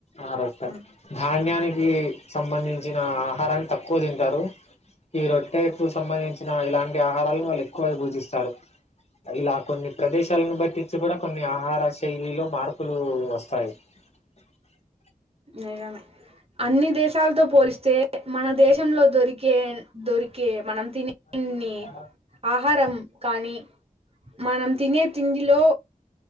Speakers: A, on the left (about 45°); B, on the right (about 40°).
A: ఆ రొట్ట
B: ఉమ్,
A: ధాన్యాని కి సంబంధించిన ఆహారాన్ని తక్కువ తింటారు ఈ రొట్టెకు సంబంధించిన ఇలాంటి ఆహారాలను వాళ్ళు ఎక్కువదు పూజిస్తారు ఇలా కొన్ని ప్రదేశాలను బట్టించి కూడా కొన్ని ఆహార శైలిలో మార్పులు వస్తాయి అ
B: నిజమే అన్ని దేశాలతో పోలిస్తే మన దేశంలో దొరికే దొరికే మనం
A: అ
B: తినే అన్ని ఆహారం కానీ మనం తినే తిండిలో